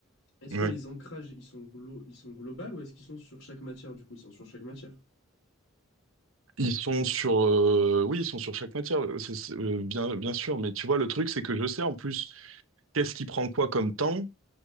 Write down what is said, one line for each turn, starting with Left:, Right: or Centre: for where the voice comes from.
Left: est-ce
Right: oui.
Left: que les ancrages, ils sont, glo ils sont globaux ou est-ce qu'ils sont sur chaque matière, du coup, ils sont sur chaque matière?
Right: Ils sont sur, euh, oui, ils sont sur chaque matière, euh, c'est, c'est, euh, bien, bien sûr. Mais tu vois, le truc, c'est que je sais en plus qu'est-ce qui prend quoi comme temps.